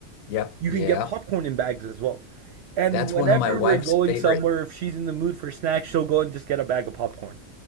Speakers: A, on the left; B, on the right.
A: Yep.
B: You
A: Yeah.
B: can get popcorn in bags as well. And
A: That's
B: whenever
A: one of my wife's
B: we're going
A: favorite.
B: somewhere, if she's in the mood for snacks, she'll go and just get a bag of popcorn.